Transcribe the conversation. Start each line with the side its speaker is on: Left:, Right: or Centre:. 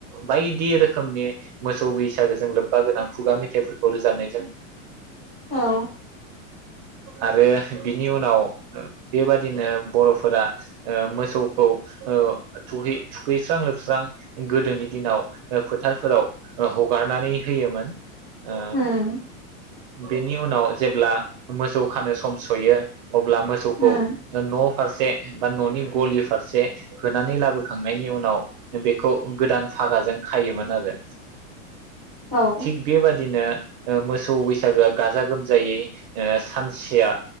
Right: बायदि रोखोमनि मोसौ बैसागोजों लोब्बा गोनां खुगा मेथाइफोर खौ रोजानायजों
Left: औ
Right: आरो बिनि उनाव बेबादिनो बर फोरा ओ मोसौखौ ओ थुहै थुखैस्रां लोबस्रां गोदोनि दिनाव फोथारफोराव हगारनानै होयोमोन ओ
Left: होम
Right: बेनि उनाव जेब्ला मोसौ खानो सम सयो अब्ला मोसौखौ
Left: उम
Right: न फारसे फारसे बा ननि गलि फारसे होनानै लाबोखांनायनि उनाव बेखौ गोदान फागाजों खायोमोन आरो
Left: औ
Right: थिग बेबा बिदिनो मोसौ बैसागोआ गाजा गोमजायै ओ सानसेया